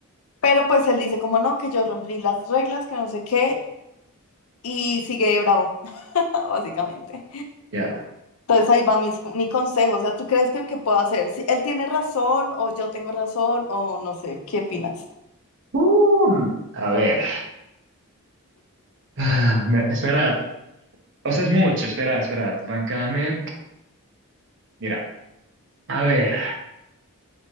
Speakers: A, on the left (about 70°); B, on the right (about 60°).
A: Pero pues él dice como no, que yo rompí las reglas, que no sé qué, y sigue de bravo, <laughs> básicamente.
B: ya.
A: Entonces ahí va mis- mi, consejo, o sea, ¿tú crees que, que puedo hacer? Si él tiene razón o yo tengo razón o no sé, ¿qué opinas?
B: Uh, a ver. Ah, me- esperad. O sea, es mucho. espera esperad. Bancame. Mira. A ver.